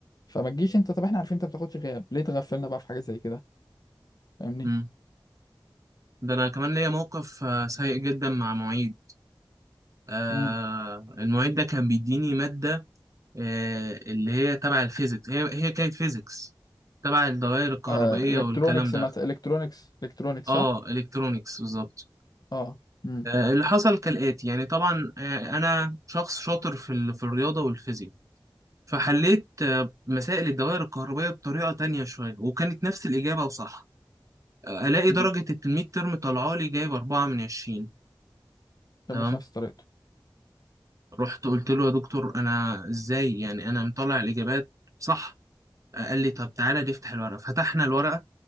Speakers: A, on the left (about 50°); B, on the right (about 40°).
A: فما تجيش انت طب احنا عارفين انت ما بتاخدش غياب ليه تغفلنا بقى في حاجة زي كده فاهمني
B: مم. ده انا كمان ليا موقف آه، سيء جدا مع معيد آه
A: امم
B: المعيد ده كان بيديني ماده آه، اللي هي تبع الفيزيكس هي هي كانت فيزيكس تبع الدوائر الكهربائية
A: آه الكترونكس
B: والكلام ده
A: مثلا الكترونكس الكترونكس
B: اه
A: صح
B: الكترونيكس بالظبط
A: اه امم
B: آه، اللي حصل كالآتي يعني طبعا آه، أنا شخص شاطر في ال- في الرياضة والفيزياء فحليت آه، مسائل الدوائر الكهربائية بطريقة تانية شوية وكانت نفس الإجابة وصح آه، ألاقي
A: مم.
B: درجة الميد ترم طالعة لي جايب أربعة من عشرين تمام
A: كان مش نفس طريقته
B: رحت قلت له يا دكتور أنا إزاي يعني أنا مطلع الإجابات صح آه، قال لي طب تعالى نفتح الورقة فتحنا الورقة